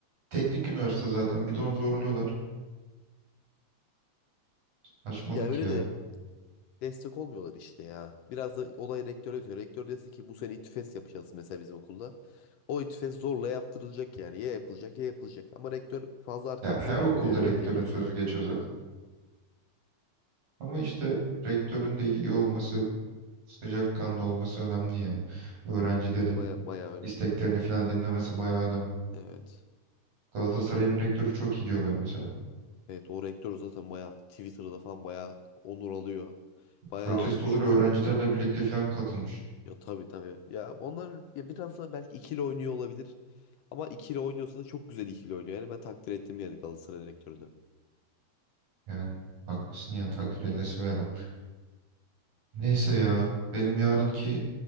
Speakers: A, on the right; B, on the left.
A: Teknik üniversite zaten bir ton zorluyorlar. Saçmalık
B: Ya öyle
A: ya.
B: de destek olmuyorlar işte ya. Biraz da olay rektöre ötüyor. Rektör dese ki bu sene İTÜFES yapacağız mesela bizim okulda. O İTÜFES zorla yaptırılacak yani. Ya yapılacak ya yapılacak. Ama rektör fazla arkamızda
A: Ya her okulda
B: durmuyor yani
A: rektörün
B: öyle diyeyim ben
A: sözü
B: sana.
A: geçiyor zaten. Ama işte rektörün de iyi olması, sıcakkanlı olması önemli ya. Öğrencilerin
B: Evet baya baya önemli.
A: isteklerini falan dinlemesi bayağı önemli.
B: Evet.
A: Galatasaray'ın rektörü çok iyi diyorlar mesela.
B: Evet o rektör zaten baya Twitter'da falan baya onur alıyor. Baya
A: Protestolara
B: alkış tüm.
A: öğrencilerle birlikte falan katılmış.
B: Ya tabii tabii. Ya onlar ya biraz da belki ikili oynuyor olabilir. Ama ikili oynuyorsa da çok güzel ikili oynuyor. Yani ben takdir ettim yani Galatasaray rektörünü.
A: Yani haklısın yani takdir edilesi bir adam. Neyse ya benim yarınki